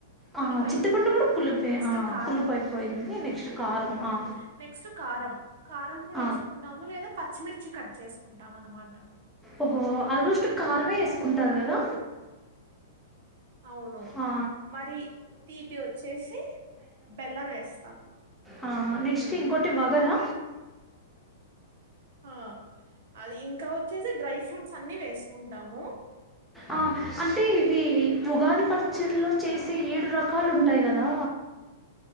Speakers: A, on the right (about 65°); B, in the centre.
A: పులుపు
B: ఆ
A: అయిపోయింది
B: చింతపండు కూడా పూలుపే
A: నెక్స్ట్
B: ఆ
A: కారం
B: పులుపైపోయింది నెక్స్ట్ కారం
A: ఉమ్,
B: ఆ
A: నెక్స్ట్ కారం కారం పొడి
B: ఆ
A: వేసుకుంటాము లేదా పచ్చిమిర్చి కట్ చేసుకుంటాం అనమాట
B: ఓహో ఆల్మోస్ట్ కారమే వేసుకుంటారు
A: ఉమ్,
B: కదా
A: అవును
B: ఆ
A: మరి తీపి వచ్చేసి బెల్లం వేస్తాం
B: ఆ నెక్స్ట్
A: ఉమ్,
B: ఇంకోటి వగరా
A: ఆ అది ఇంకా వచ్చేసి డ్రై ఫ్రూట్స్ అన్ని వేసుకుంటాము
B: ఆ అంటే ఇవి ఉగాది పచ్చడల్లో చేసే ఏడు రకాలు ఉంటాయి కదా